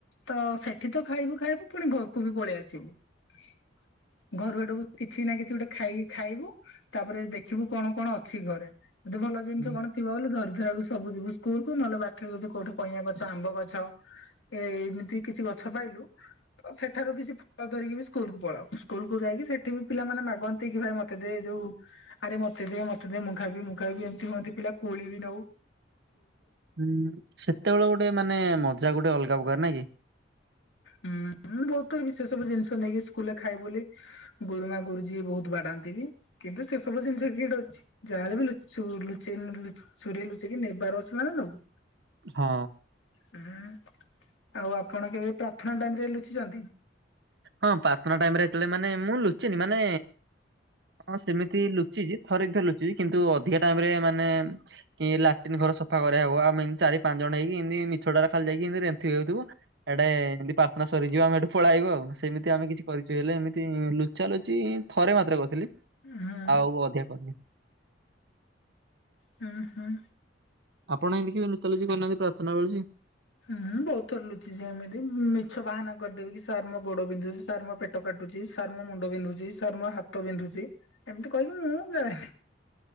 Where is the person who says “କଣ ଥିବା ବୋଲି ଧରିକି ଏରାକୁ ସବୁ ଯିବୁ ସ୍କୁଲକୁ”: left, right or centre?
Left